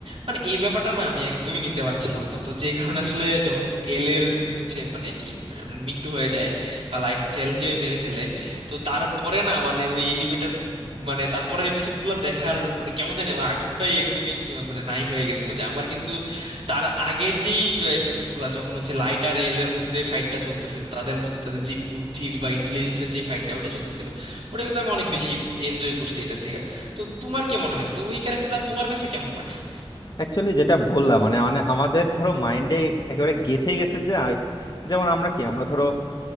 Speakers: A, on the right; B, on the left.
A: মানে এই ব্যাপারটা না আমি একদমই নিতে পারছিলাম না তো যে কারণে আসলে যখন এল এর হচ্ছে মানে কি মানে মৃত্যু হয়ে যায় বা লাইট হচ্ছে এলকে মেরে ফেলে তো তারপরে না মানে ওই অ্যানিমেটার মানে তারপরের এপিসোড গুলো দেখার মানে কেমন জানি আমার আগ্রহটাই একদমই আহ, মানে নাই হয়ে গেছিল যে আমার কিন্তু তার আগের যেই এপিসোড গুলা যখন হচ্ছে লাইট আর রিয়েলের মধ্যে ফাইটটা চলতেছিল তাদের মধ্যে তাদের যে বুদ্ধির বা ইন্টেলিজেন্সের যে ফাইটটা ওটা চলতেছিল ওটা কিন্তু আমি অনেক বেশি এনজয় করছি এটার থেকে তো তোমার কি মনে হয় যে তো ওই ক্যারেক্টারটা তোমার কাছে কেমন লাগছে
B: অ্যাকচুয়ালি যেটা বললাম মানে মানে আমাদের ধরো মাইন্ডে একেবারে গেঁথে গেছে যে আই- যেমন আমরা কি আমরা ধরো